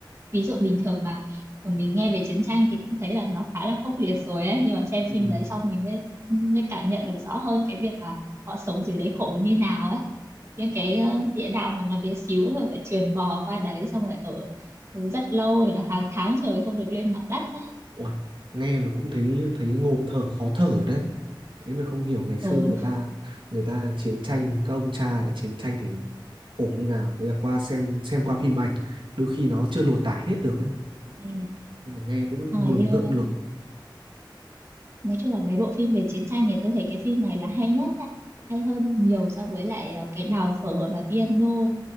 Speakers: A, on the right; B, on the right.
A: ví dụ bình thường mà mình nghe về chiến tranh thì cũng thấy là nó khá là khốc liệt rồi ấy nhưng mà xem
B: ừ.
A: phim đấy xong mình mới, mới cảm nhận được rõ hơn cái việc là họ sống dưới đấy khổ như nào ấy những cái ờ, địa đạo mà nó bé xíu rồi phải trườn bò qua đấy xong rồi ở rất lâu rồi hàng tháng trời không được lên mặt đất ấy
B: Uầy, nghe mà cũng thấy thấy ngộp thở khó thở đấy thế mới không hiểu ngày xưa
A: ừ,
B: người ta người ta chiến tranh các ông cha đã chiến tranh thì khổ như nào đấy là qua xem xem qua phim ảnh đôi khi nó chưa lột tả hết được ấy
A: ừ.
B: nhưng mà nghe cũng
A: rồi
B: mường
A: như
B: tượng được
A: nói chung là mấy bộ phim về chiến tranh thì tôi thấy cái phim này là hay nhất ạ hay hơn nhiều so với lại ờ, cái đào phở và piano